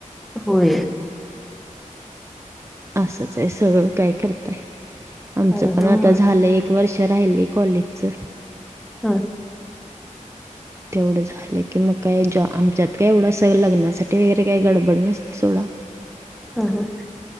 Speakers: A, in the centre; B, on the right.
A: होय.
B: असच आहे सगळं काय करताय आमचं
A: काय
B: पण
A: हं
B: आता झालंय. वर्ष राहिले कॉलेजच.
A: हा,
B: तेवढं झालं की मग काय ज आमच्यात काय एवढं असं लग्नासाठी वगैरे काही गडबड नसते. सोडा.
A: हा हा,